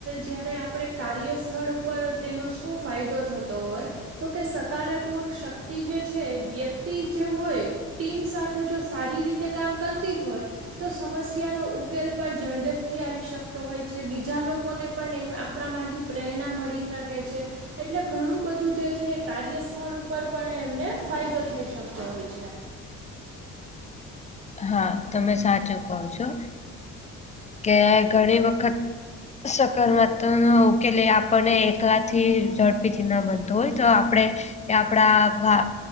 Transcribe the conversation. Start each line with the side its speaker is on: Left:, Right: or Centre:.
Right: જ્યારે આપણે કાર્યસ્થળ ઉપર તેનો શું ફાયદો થતો હોય તો કે સકારાત્મક શક્તિ જે છે વ્યક્તિ જે હોય ટીમ સાથે જો સારી રીતે કામ કરતી હોય તો સમસ્યાનો ઉપ ઉકેલ પણ ઝડેપથી આવી શકતો હોય છે બીજા લોકોને પણ એમ આપણા માંથી- - પ્રેરણા મળી શકે છે. એટલે ઘણું બધું જે છે એ કાર્યસ્થળ ઉપર પણ એમને ફાયદો થઈ શકતો હોય છે.
Left: હા તમે સાચું કહો છો. કે ઘણી વખત- - સકારમ ન ઉકેલે આપણને એકલા થી ઝડપીથી ના બનતું હોય તો આપણે- - એ આપડા